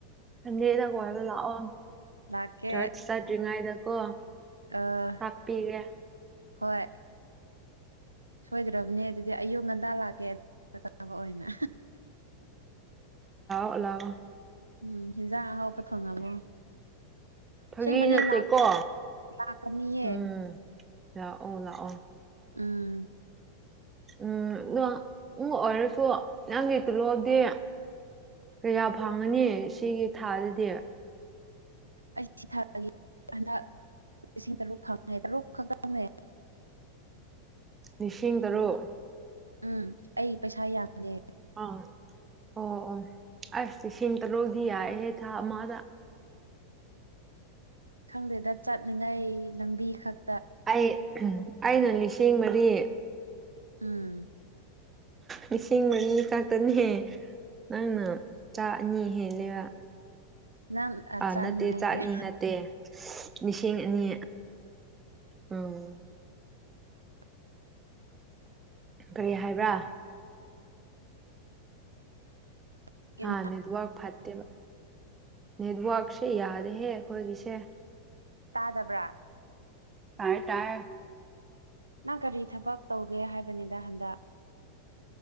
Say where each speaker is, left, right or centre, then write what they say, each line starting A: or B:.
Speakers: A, on the right (about 20°); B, on the right (about 85°).
A: ꯁꯟꯗꯦꯗ ꯀꯣꯏꯕ ꯂꯥꯛꯑꯣ
B: ꯂꯥꯛꯀꯦ
A: ꯆꯔꯆ ꯆꯠꯇ꯭ꯔꯤꯉꯩꯗ ꯀꯣ
B: ꯑꯥ
A: ꯇꯥꯛꯄꯤꯒꯦ
B: ꯍꯣꯏ ꯁꯣꯏꯗ꯭ꯔꯕꯅꯦ ꯑꯗꯨꯗꯤ ꯑꯌꯨꯛ ꯉꯟꯇꯥ ꯂꯥꯛꯀꯦ ꯆꯥꯕ ꯑꯣꯏꯅ
A: ꯑꯣꯂ
B: ꯎꯝ ꯍꯟꯖꯥꯡ ꯑꯍꯥꯎꯕ ꯊꯣꯡꯉꯝꯃꯣ
A: ꯐꯥꯒꯤ
B: ꯑꯁꯦꯡꯕꯅꯦ
A: ꯅꯠꯇꯦꯀꯣ
B: ꯂꯥꯛ ꯂꯥꯛꯀꯅꯤꯌꯦ
A: ꯎꯝ ꯂꯥꯛꯑꯣ ꯂꯥꯛꯑꯣ
B: ꯎꯝ
A: ꯎꯝ ꯑꯗꯣ ꯎꯕ ꯑꯣꯏꯔꯁꯨ ꯅꯪꯗꯤ ꯇꯤꯜꯂꯣꯗꯤ ꯀꯌꯥ ꯐꯪꯉꯅꯤ ꯁꯤꯒꯤ ꯊꯥꯗꯗꯤ
B: ꯑꯩꯁꯤ ꯊꯥꯒꯦ ꯍꯟꯗꯛ ꯂꯤꯁꯤꯡ ꯇꯔꯨꯛ ꯐꯪꯉꯦ ꯇꯔꯨꯛ ꯈꯛꯇꯪꯅꯦ
A: ꯂꯤꯁꯤꯡ ꯇꯔꯨꯛ
B: ꯎꯝ ꯑꯩ ꯄꯩꯁꯥ ꯌꯥꯝꯗꯦ
A: ꯑꯥ ꯑꯣ ꯑꯣ ꯑꯁ ꯁꯤꯁꯤꯡ ꯇꯔꯨꯛꯗꯤ ꯌꯥꯏꯦꯍꯦ ꯊꯥ ꯑꯃꯗ
B: ꯈꯪꯗꯦꯗ ꯆꯠꯅꯤꯡꯉꯥꯏ ꯂꯝꯕꯤ ꯈꯛ
A: ꯑꯩ ꯑꯩꯅ ꯂꯤꯁꯤꯡ ꯃꯔꯤ
B: ꯑꯝ
A: ꯂꯤꯁꯤꯡ ꯃꯔꯤ ꯉꯥꯛꯇꯅꯤꯍꯦ ꯅꯪꯅ ꯆꯥ ꯑꯅꯤ ꯍꯦꯜꯂꯕ
B: ꯅꯪ
A: ꯑꯥ
B: ꯆꯥꯅꯤ
A: ꯅꯠꯇꯦ
B: ꯍꯥꯏꯌꯦ
A: ꯆꯥꯛꯅꯤ ꯅꯠꯇꯦ ꯂꯤꯁꯤꯡ ꯑꯅꯤ ꯑꯣ
B: ꯎ
A: ꯀꯔꯤ ꯍꯥꯏꯕ꯭ꯔꯥ
B: ꯀꯔꯤ
A: ꯍꯥꯥ ꯅꯦꯠꯋꯔꯛ ꯐꯠꯇꯦꯕ ꯅꯦꯠꯋꯔꯛꯁꯦ ꯌꯥꯔꯦꯍꯦ ꯑꯩꯈꯣꯏꯒꯤꯁꯦ
B: ꯇꯥꯗꯕ꯭ꯔꯥ
A: ꯇꯥꯏ ꯇꯥꯏ
B: ꯅꯪ ꯀꯔꯤ ꯊꯕꯛ ꯇꯧꯒꯦ ꯍꯥꯏꯕꯅꯤꯗ ꯍꯟꯗꯛ